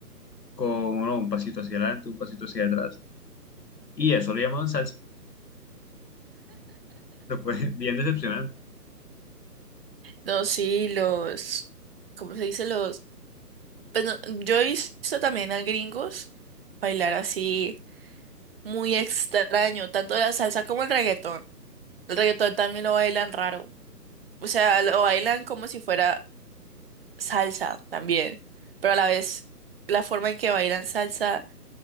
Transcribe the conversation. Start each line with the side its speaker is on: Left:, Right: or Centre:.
Left: con no, un pasito hacia adelante, un pasito hacia atrás, y eso le llamaban salsa. <laughs> Pero fue bien decepcionante,
Right: No, sí, los, ¿cómo se dice? Los, pues no, yo he visto también a gringos bailar así muy extraño, tanto la salsa como el reggaetón. El reggaetón también lo bailan raro. O sea, lo bailan como si fuera salsa también, pero a la vez la forma en que bailan salsa